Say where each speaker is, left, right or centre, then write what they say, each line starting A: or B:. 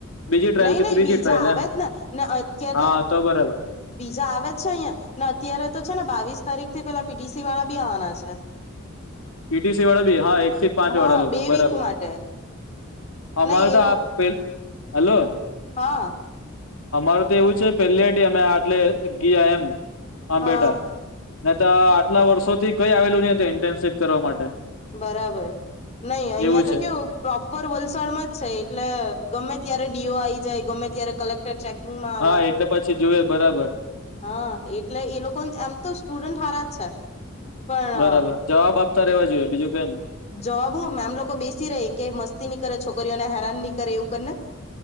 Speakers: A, on the left; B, on the left.
A: બીજી ટ્રાયલ
B: નઈ
A: કે
B: નહી
A: ત્રીજી
B: બીજા
A: ટ્રાયલ
B: આવે
A: એમ
B: જ ને ને અત્યારે
A: હા
B: તો
A: બરાબર
B: બીજા આવે જ છે અહિયાં ને અત્યારે તો છે ને બાવીસ તારીખ થી પેલા પીડીસી વાળા બી આવવાના છે.
A: પીટીસી વાળા બી હા એકથી પાંચ
B: હા
A: વાળા લોકો
B: બે
A: બરાબર
B: વીક માટે
A: અમારે
B: નહી એ
A: તો
B: લો
A: આપ પેલ હલો
B: હા.
A: અમારું તો એવું છે પેલીઢ અમે આટલે ગયા એમ આબેટા
B: હા હા
A: ને તો આટલા વર્ષો થી કઈ આવેલું નહ ઇન્ટર્નશીપ કરવા માટે
B: બરાબર નહી અહિયાં
A: એવું
B: તો
A: છે
B: કેવું પ્રોપર વલસાડમાં જ છે એટલે ગમે ત્યારે ડીઓ આ આવી જાય ગમે ત્યારે કલેક્ટ ચેકિંગમાં આવે
A: હા એટલે પછી જુએ બરાબર
B: હા એટલે એ લોકો એમ તો સ્ટુડન્ટ હારા જ છે. પણ
A: બરાબર જવાબ આપતા રહેેવા જોઈએ બીજું કાઇ
B: જવાબ હું આમ લોકો બેસી રહે કે મસ્તી નહી કરે છોકરીઓને હેરાન નહી કરે એવું કર ને